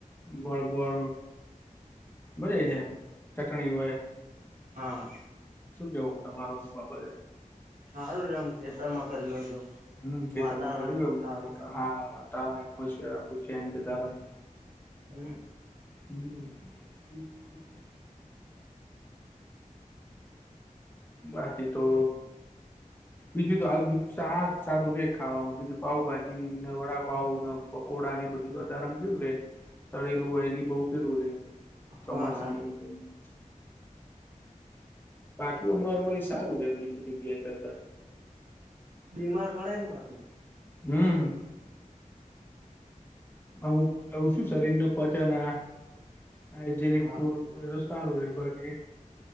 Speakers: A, on the left; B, on the right.
A: ગોળબોળ બજાઈ જાય. એમ ચટણી હોય.
B: હા
A: શું કેવું તમારો બાબતે?
B: સારું એમ ખેતરમાં કર્યું હતું
A: હમ કે
B: વાતાવરણ
A: તમાં ગરી
B: બી સારું
A: હા વાત ત રાખું છે તાર <unintelligible>
B: હમ.
A: હમ હમ બાકી તો બીજું તો હાલ બીજું શાક સારું રે ખાવામાં બીજું. પાઉભાજી ના વડાપાવ ના પકોડા ને એ બધું તોત આમ કેવું રે. તળેલું વહેલી બહુ પેલું રેય. ચોમાસાની
B: હા હા
A: ઋતુમાં. મ નોર્મલી સારું છેમ બીજળ જગ્યા કરતા.
B: બીમાર પડે ને પાછું.
A: હમ્મ. અમુક ઓછું શરીરને પચના હાઈજનિક
B: હા
A: ફૂડ એ તો સારું એ બાકી